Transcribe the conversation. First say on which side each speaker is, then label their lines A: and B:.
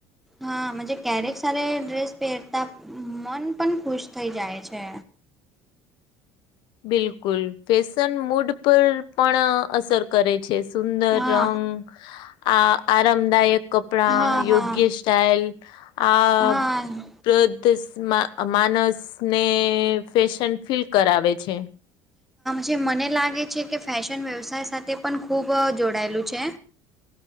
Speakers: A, in the centre; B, on the left (about 60°).
A: હા મજ ક્યારેક સારી ડ્રેસ પહેરતા મન પણ ખુશ થઈ જાય છે.
B: બિલકુલ ફેશન મૂડ પર પણ અસર કરે. છે સુંદર
A: હા
B: રંગ આ આરામદાયક. કપડા
A: હા
B: યોગ્ય
A: હા
B: સ્ટાઈલ આ.
A: હા
B: <unintelligible> માનસ ને ફેશન ફીલ કરાવે છે
A: જે મને લાગે છે કે ફેશન વ્યવસાય સાથે પણ ખૂબ જોડાયેલું છે.